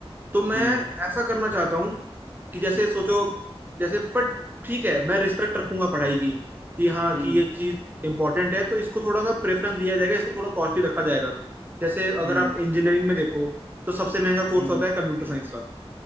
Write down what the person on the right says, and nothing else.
तो मैं
ऐसा करना चाहता हूँ कि जैसे सोचो जैसे पर ठीक है मैं रिस्पेक्ट रखूंगा पढ़ाई की कि हाँ
कि ये चीज इंपॉर्टेंट है तो इसको थोड़ा सा प्रेफरेंस दिया जाएगा इसको थोड़ा कॉस्टली रखा जाएगा जैसे अगर
आप इंजीनियरिंग में देखो तो सबसे महंगा कोर्स
होता है कंप्यूटर साइंस का